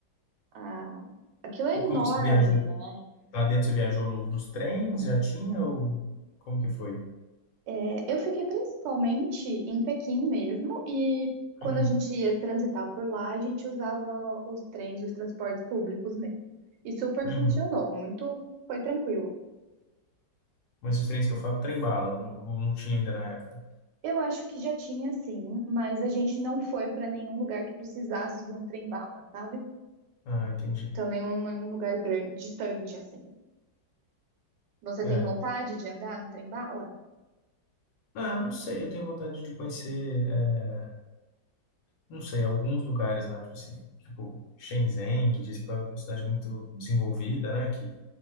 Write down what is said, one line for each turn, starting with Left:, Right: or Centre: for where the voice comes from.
Right: ah, aquilo é
Left: E
Right: enorme,
Left: como que você viajou?
Right: né?
Left: Lá dentro você viajou no- nos trens? Já tinha ou como que foi?
Right: É, eu fiquei principalmente em Pequim mesmo, e quando
Left: Uhum.
Right: a gente ia transitar por lá, a gente usava os trens, os transportes públicos mesmo. E super
Left: Uhum.
Right: funcionou, muito, foi tranquilo.
Left: Mas os trens que eu falo, trem bala, não, ou não tinha ainda na época.
Right: Eu acho que já tinha sim, mas a gente não foi para nenhum lugar que precisasse de um trem-bala, sabe?
Left: Ah, entendi.
Right: Então, nenhum, nenhum lugar gran- distante assim. Você
Left: É.
Right: tem vontade de andar no trem-bala?
Left: Ah, não sei, eu tenho vontade de conhecer, é, não sei, alguns lugares lá, tipo assim, tipo Shenzhen, que dizem que é uma cidade muito desenvolvida, né? Que